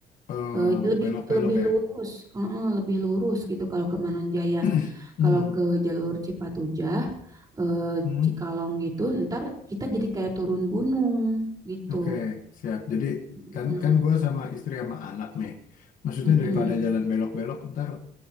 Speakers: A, on the left; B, on the right.
A: Eh,
B: Eh, lebih
A: belok-belok
B: lebih
A: ya.
B: lurus, Heeh, lebih lurus gitu kalau ke Manunjaya
A: <clears throat> Mm-mm.
B: Kalau ke jalur Cipatujah, eh,
A: Mm.
B: Cikalong gitu, ntar kita jadi kayak turun gunung gitu.
A: Oke, siap. Jadi
B: Mm,
A: kan kan gue sama istri sama anak nih. Maksudnya
B: mm-mm.
A: daripada jalan belok-belok, ntar